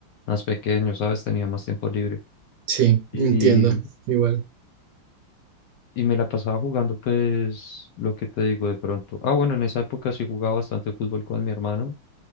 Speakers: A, on the left (about 70°); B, on the right (about 70°).
A: más pequeño, ¿sabes? Tenía más tiempo libre.
B: Sí,
A: Y,
B: entiendo, igual.
A: y me la pasaba jugando, pues, lo que te digo de pronto. Ah, bueno, en esa época sí jugaba bastante fútbol con mi hermano.